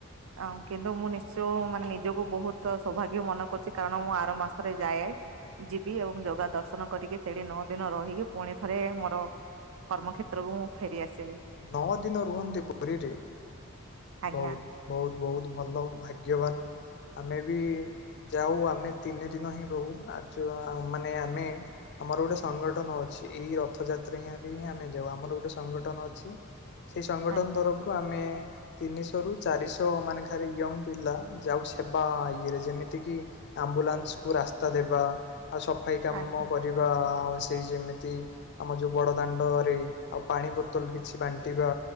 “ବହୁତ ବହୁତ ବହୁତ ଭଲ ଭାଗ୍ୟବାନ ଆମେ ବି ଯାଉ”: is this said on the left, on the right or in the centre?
Left